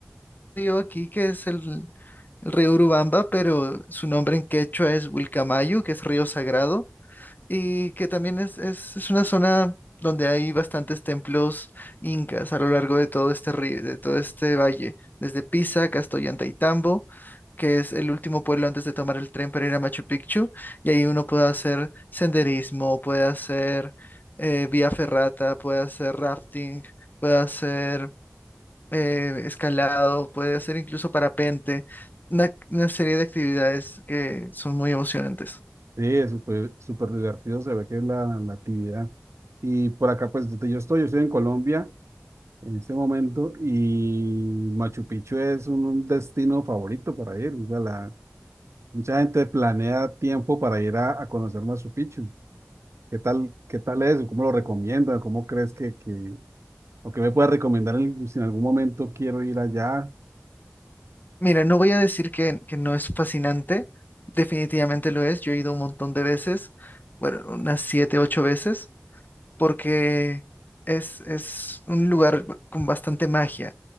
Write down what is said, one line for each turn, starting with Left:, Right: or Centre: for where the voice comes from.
Left: río aquí que es el, el río Urubamba, pero su nombre en quechua es Wilcamayu, que es río sagrado, y que también es, es, es una zona donde hay bastantes templos incas a lo largo de todo este río, de todo este valle, desde Pisa, Castoyantaytambo, que es el último pueblo antes de tomar el tren para ir a Machu Picchu, y ahí uno puede hacer senderismo, puede hacer eh, vía ferrata, puede hacer rafting, puede hacer eh, escalado, puede hacer incluso parapente, una, una serie de actividades que son muy emocionantes.
Right: Sí, eso fue súper divertido, se ve que es la, la actividad. Y por acá, pues donde yo estoy, yo estoy en Colombia en este momento y Machu Picchu es un, un destino favorito para ir. O sea, la, Mucha gente planea tiempo para ir a, a conocer Machu Picchu. ¿Qué tal, qué tal es? ¿Cómo lo recomiendas? ¿Cómo crees que, que- o qué me puedes recomendar en- si en algún momento quiero ir allá?
Left: Mira, no voy a decir que, que no es fascinante, definitivamente lo es, yo he ido un montón de veces, bueno, unas siete, ocho veces, porque es, es un lugar con bastante magia.